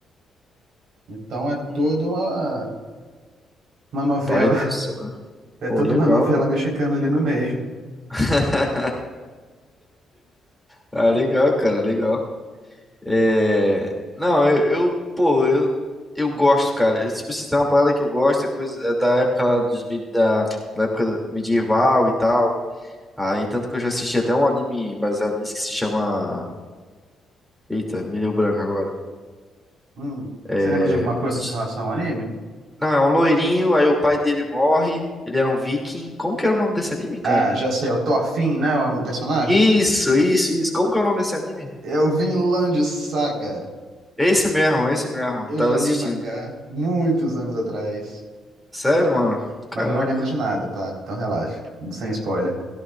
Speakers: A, on the right; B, in the centre.
A: Então é
B: hum,
A: toda uma, uma novela,
B: Python.
A: <laughs> é
B: Pô,
A: toda
B: legal,
A: uma novela
B: pô.
A: mexicana ali no meio.
B: <laughs> Ah, legal, cara, legal. É... Não, eu, eu, pô, eu, eu gosto, cara. Eu, tipo, se tem uma parada que eu gosto, é coisa é da época lá dos, me- da, da época medieval e tal. Aí, tanto que eu já assisti até um anime baseado nisso que se chama... Eita, me deu branco agora.
A: Hum. Você
B: É,
A: lembra de alguma
B: putz.
A: coisa com relação ao anime?
B: Não, é um loirinho, aí o pai dele morre, ele era um viking. Como que era o nome desse anime, cara?
A: Ah, já sei, é o Thorfinn, né, o o personagem?
B: Isso, isso, isso. Como que é o nome desse anime?
A: É o Vinland Saga.
B: Esse mesmo, esse mesmo.
A: Eu
B: Eu tava
A: já
B: assistindo.
A: li o mangá muitos anos atrás.
B: Sério, mano? Caraca.
A: Mas eu não lembro de nada, tá? Então relaxa, sem spoiler.